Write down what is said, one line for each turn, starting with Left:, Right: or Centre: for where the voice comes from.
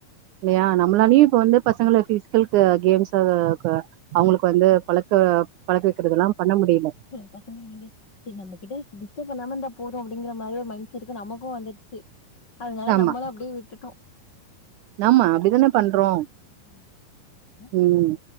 Right: இல்லையா நம்மளா லீவ்க்கு வந்து பசங்கள பீஸ் ங்களுக்கு கேம்ஸ்ஸுக் அவங்களுக்கு வந்து பழக்க பழக்க வைக்கிறதுல்லா பண்ண முடியல
Left: ஆ சொல்லுங்க <inaudible> சேரி நம்மகிட்ட டிஸ்டர்ப் பண்ணாம இருதா போதும் அப்படிங்கிற மாதிரி ஒரு மைண்ட் செடக்கு நமக்கு வந்துடுச்சு அதனால
Right: ஆமா.
Left: நம்மளும் அப்படியே விட்டுட்டோ
Right: ஆமா. அப்டிதானே பண்றோம்.
Left: உம் ஏதோ பண்றாய்ங்க
Right: ம்.